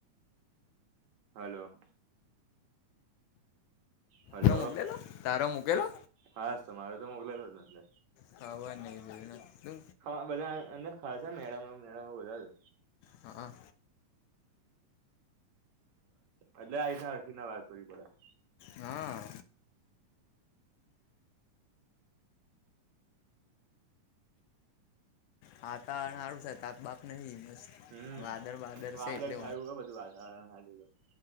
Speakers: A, on the right; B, on the left.
A: હલો. હલો
B: તારો મોકલેલો તારો મૂકેલો
A: હાસ તો મારે તો મોકલાયલો જ ને અંદર.
B: ખબર નઈ જોયું નતુ.
A: અમાર બધાં ખાસા મેળામાં મેળામાં બધાં
B: હા.
A: એટલે આ રાખીને વાત કરવી પડે.
B: હા. વાતાવરણ હારુ છે તાપ બાપ નહીં મસ્ત.
A: હમ્મ
B: વાદર વાદર
A: વાદળ
B: છે એટલે
A: સાયુ હે બધું વાતાવરણમાં આજે.